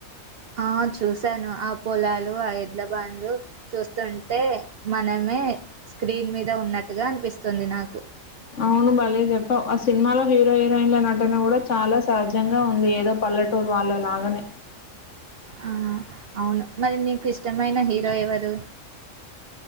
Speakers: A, on the right; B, on the left.
A: ఆ చూశాను ఆ పొలాలు ఆ ఎడ్ల బండ్లు చూస్తుంటే మనమే స్క్రీన్ మీద ఉన్నట్టుగా అనిపిస్తుంది నాకు
B: అవును భలే చెప్పావు ఆ సినిమాలో హీరో హీరోయిన్ల నటన గుడా చాలా సహజంగా ఉంది ఏదో పల్లెటూరు వాళ్ళలాగానే
A: ఆ అవును మరి నీకు ఇష్టమైన హీరో ఎవరు